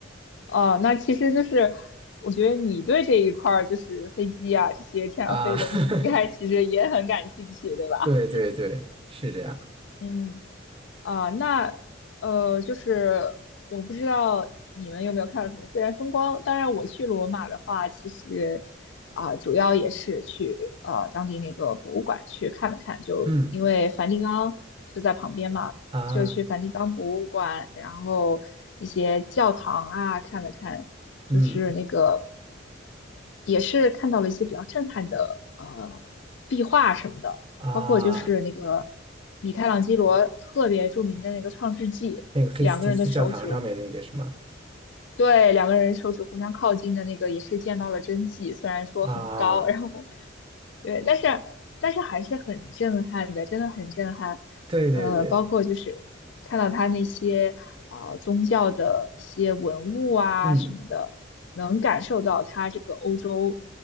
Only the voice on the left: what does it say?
哦，那其实就是，我觉得你对这一块儿就是飞机啊这些天上飞的东西，
应该其实也很感兴趣，对吧？
嗯。啊、那呃，就是我不知道你们有没有看到什么自然风光。当然，我去罗马的话，其实啊、主要也是去呃当地那个博物馆去看了看，就因为梵蒂冈就在旁边嘛，
就去梵蒂冈博物馆，然后一些教堂啊看了看，就是那个。
也是看到了一些比较震撼的呃壁画什么的，
包括就是那个米开朗基罗特别著名的那个《创世纪》，
两个人的手指对，两个人手指互相靠近的那个也是见到了真迹，虽然说很高，
然后对，但是但是还是很震撼的，真的很震撼。
呃，包括就是看到他那些啊、呃宗教的一些文物啊什么的，
能感受到他这个欧洲